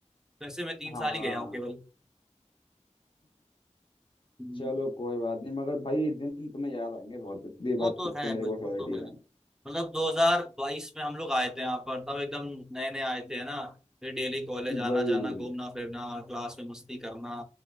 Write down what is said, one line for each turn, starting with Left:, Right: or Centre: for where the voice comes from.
Centre: वैसे मैं तीन
Left: हाँ
Centre: साल ही गया हूँ केवल हम्म,
Left: चलो कोई बात नहीं मगर भाई ये दिन तुम्हें याद आएंगे बहुत ये
Centre: वो
Left: बात
Centre: तो
Left: की तो
Centre: है
Left: मेरे
Centre: बस
Left: को श्योरिटी
Centre: वो तो है
Left: है
Centre: मतलब 2022 में हम लोग आए थे यहाँ पर तब एकदम नए नए आए थे है ना फिर डेली कॉलेज
Left: वही
Centre: आना जाना घूमना फिरना क्लास में मस्ती करना